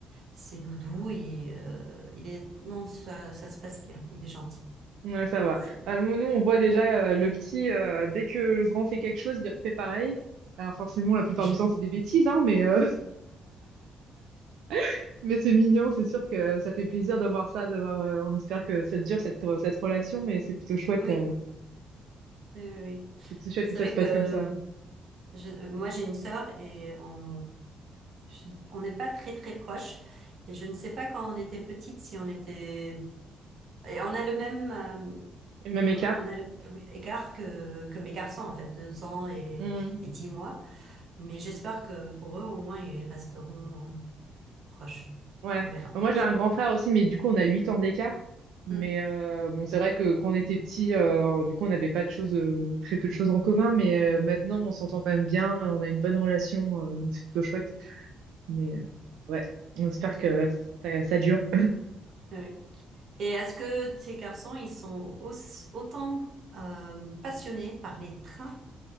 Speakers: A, on the right (about 55°); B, on the right (about 80°).
A: ses doudous. Il, euh, il est, non, ça, ça se passe bien. Il est gentil.
B: Ouais, ça
A: Donc
B: va.
A: c'est,
B: Bah, nous, nous, on voit déjà euh, le petit, euh, dès que le grand fait quelque chose, il refait pareil. Alors forcément, la plupart
A: <laughs> oui,
B: du temps, c'est des bêtises, hein, mais, euh, <laughs> mais c'est mignon, c'est sûr que ça fait plaisir d'avoir ça, d'avoir, euh, on espère que ça dure, cette, cette relation, mais c'est plutôt chouette,
A: oui,
B: euh,
A: oui. oui.
B: c'est plutôt chouette
A: C'est
B: que ça
A: vrai
B: se passe
A: que
B: comme ça.
A: je- moi j'ai une sœur et on, je- on n'est pas très très proches. Et je ne sais pas quand on était petite si on était, et on a le même, euh,
B: Et même écart.
A: on a le, oui, écart que, que mes garçons en fait, deux ans et,
B: Hmm.
A: et dix mois. Mais j'espère que pour eux, au moins, ils resteront euh, proche.
B: Ouais.
A: On verra.
B: Bah, Moi, j'ai un grand frère aussi, mais du coup, on a huit ans d'écart. Mais
A: Mm.
B: euh, bon, c'est vrai que quand on était petit, euh, du coup, on n'avait pas de choses, euh, très peu de choses en commun. Mais euh, maintenant, on s'entend quand même bien, on a une bonne relation, euh, donc c'est plutôt chouette. Mais euh, ouais, on espère
A: Mm.
B: que ça, ça dure.
A: Ouais. Et est-ce que tes garçons, ils sont aussi- autant euh, passionnés par les trains